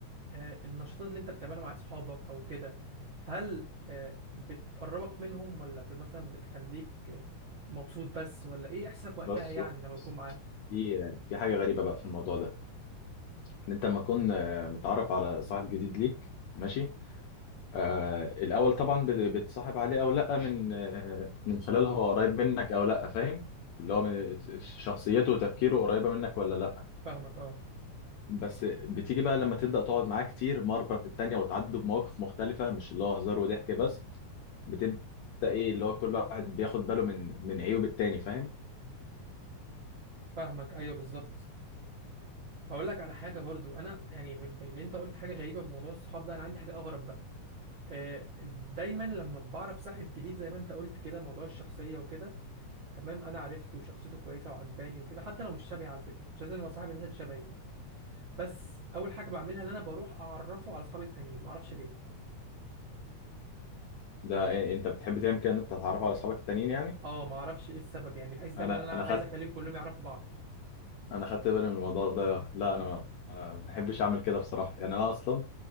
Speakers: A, on the right (about 80°); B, on the left (about 75°).
A: آه، النشاطات اللي انت بتعملها مع اصحابك او كده هل آه، بتقربك منهم ولا ب- مثلا بتخليك آه، مبسوط بس ولا ايه احساسك وقتها
B: بس
A: يعني لما
B: بس
A: بتكون معاهم
B: في في حاجه غريبه بقى في الموضوع ده ان انت لما تكون آه، متعرف على صاحب جديد ليك ماشي آه الأول طبعا بت- بتصاحب عليه أو لأ من آه من خلال هو قريب منك أو لأ فاهم اللي هو من شخصيته وتفكيره قريبة منك ولا لأ
A: فاهمك اه
B: بس بتيجي بقى لما تبدأ تقعد معاه كتير مرة في التانية وتعدوا بمواقف مختلفة مش اللي هو هزار وضحك بس بتبدأ إيه اللي هو كل واحد بياخد باله من من عيوب التاني فاهم
A: فاهمك ايوه بالظبط هقول لك على حاجة برضو انا يعني ب- ب- ان انت قلت حاجة غريبة بموضوع الصحاب ده انا عندي حاجة اغرب بقى آه، دايما لما بعرف صاحب جديد زي ما انت قلت كده موضوع الشخصية وكده تمام انا عرفته وشخصيته كويسة وعجباني وكده حتى لو مش شبهي على فكرة مش لازم ابقى صاحب الناس اللي شبهي بس اول حاجه بعملها ان انا بروح اعرفه على اصحابي التانيين ما اعرفش ليه
B: ده إيه- أنت بتحب تعمل كده إن أنت تتعرف على أصحابك التانيين يعني
A: اه ما اعرفش ايه السبب يعني بحيث دايما
B: أنا
A: انا
B: أنا
A: عايز
B: خدت
A: اخليهم كلهم يعرفوا بعض
B: أنا خدت بالي من الموضوع ده لا أنا ما ما بحبش أعمل كده بصراحة يعني أنا أصلا